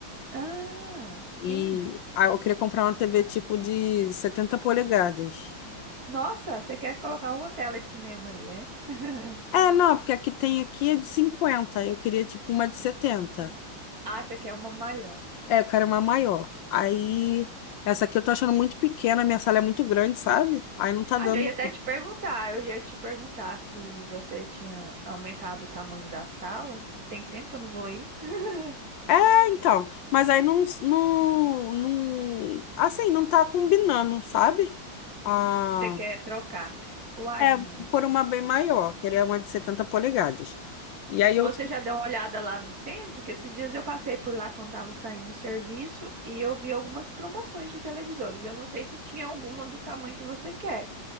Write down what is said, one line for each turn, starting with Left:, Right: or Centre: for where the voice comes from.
Right: Ah, sim.
Left: e ah, eu queria comprar uma TV tipo de 70 polegadas.
Right: Nossa, você quer colocar uma tela de cinema aí, é? <laughs>
Left: É, não, porque a que tem aqui é de 50. Eu queria tipo uma de 70.
Right: Ah, você quer uma maior.
Left: É, eu quero uma maior. Aí essa aqui eu tô achando muito pequena, minha sala é muito grande, sabe? Aí não tá
Right: Ah,
Left: dando
Right: já ia até te perguntar. Eu ia te perguntar se você tinha aumentado o tamanho da sala. Tem tempo que eu não vou aí. <laughs>
Left: É, então, mas aí não, não, não, assim, não tá combinando, sabe? Ah,
Right: Você quer trocar? Uai,
Left: é,
Right: menina.
Left: por uma bem maior, queria uma de 70 polegadas. E aí
Right: Você
Left: eu,
Right: já deu uma olhada lá no centro? Que esses dias eu passei por lá quando estava saindo do serviço e eu vi algumas promoções de televisores. Eu não sei se tinha alguma do tamanho que você quer